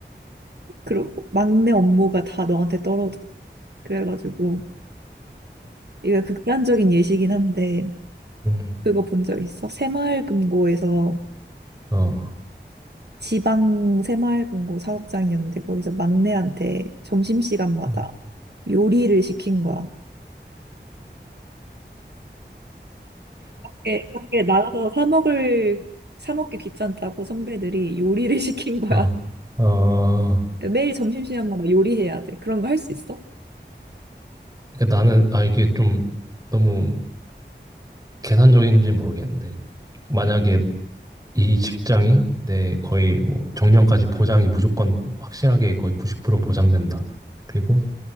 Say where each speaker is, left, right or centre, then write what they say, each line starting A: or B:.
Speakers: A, on the right; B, on the right.
A: 그리고 막내 업무가 다 너한테 떨어져. 그래가지고 이거 극단적인 예시긴 한데
B: 음,
A: 그거 본 적 있어? 새마을금고에서
B: 어,
A: 지방 새마을금고 사업장이었는데 거기서 막내한테 점심시간마다
B: 어,
A: 요리를 시킨 거야. 밖에, 밖에 나가서 사 먹을, 사 먹기 귀찮다고 선배들이 요리를 <laughs> 시킨 거야.
B: 어, 어, 어.
A: 매일 점심시간마다 요리해야 돼. 그런 거 할 수 있어?
B: 그러니까 나는 아 이게 좀 너무 계산적인지 모르겠는데 만약에 이 직장이 내 거의 뭐 정년까지 보장이 무조건 확실하게 거의 90% 보장된다. 그리고